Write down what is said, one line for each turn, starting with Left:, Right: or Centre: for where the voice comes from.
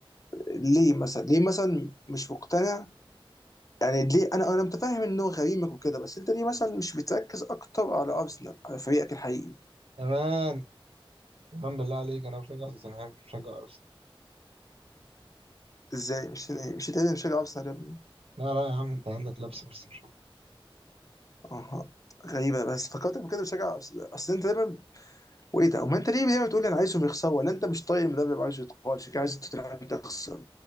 Left: ليه مثلا ليه مثلا مش مقتنع يعني ليه انا انا متفاهم انه غريمك وكده بس انت ليه مثلا مش بتركز اكتر على ارسنال على فريقك الحقيقي
Right: تمام تمام بالله عليك انا بشجع توتنهام مش بشجع ارسنال
Left: ازاي مش مش انت بتشجع ارسنال يا ابني
Right: لا لا يا عم انت عندك لبس بس مش أكتر.
Left: اها غريبه بس فكرتك بكده بتشجع أرسنال. اصل انت دايما وايه ده وما انت ليه دايما تقول لي انا عايزهم يخسروا ولا انت مش طايق المدرب عايزه يتقال شكلك عايز توتنهام تخسر